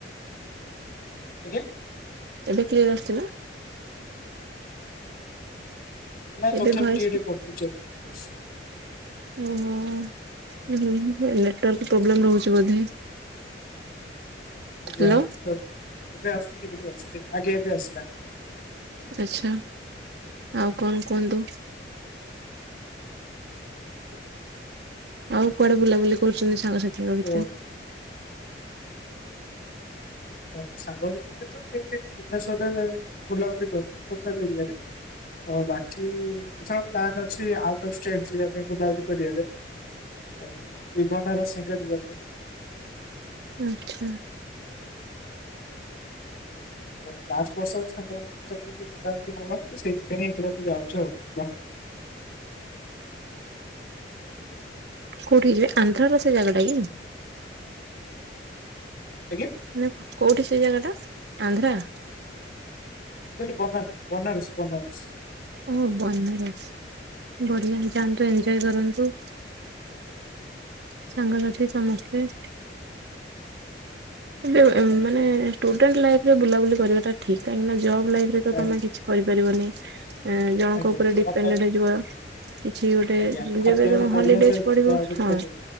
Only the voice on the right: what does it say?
ଏବେ କ୍ଲିୟର ଆସୁଚି ନା?
ଏବେ ଭଏସ୍
ଓହୋ ଉଁ ହୁଁ ନେଟୱାର୍କ ପ୍ରୋବ୍ଲେମ ରୋହୁଛି ବୋଧେ।
ହ୍ୟାଲୋ
ଆଛା ଆଉ କଣ କୁହନ୍ତୁ?
ଆଉ କୁଆଡେ ବୁଲାବୁଲି କରୁଛନ୍ତି ସାଙ୍ଗସାଥିୀଙ୍କ
ଭିତରେ।
ଆଛା।
କୋଉଠିକି ଯିବେ? ଆନ୍ଧ୍ରାର ସେଇ ଜାଗା ଟା କି।
ମନେ କୋଉଠି ସେ ଜାଗା ଟା ଆନ୍ଧ୍ରା।
ଓ ବନାରସ ବଢିଆ ହେଇଥାନ୍ତା ଏଞ୍ଜୟ୍ କରନ୍ତୁ। ସାଙ୍ଗସାଥି ସମସ୍ତେ। ଏବେ
ମାନେ ଷ୍ଟୁଡେଣ୍ଟ ଲାଇଫ ରେ ବୁଲାବୁଲି କରିବା ଠିକ୍ କାହିଁକିନା ଜବ୍ ଲାଇଫ ରେ ତମେ
କିଛି କରିପାରିବନି ଜଣଙ୍କ
ଉପରେ
ଡିପେଣ୍ଡଡେ
ହେଇଯିବ। କିଛି ଗୋଟେ
ଯେବେ ତମ
ହଲିଡେଜ
ପଡିବ
ହଁ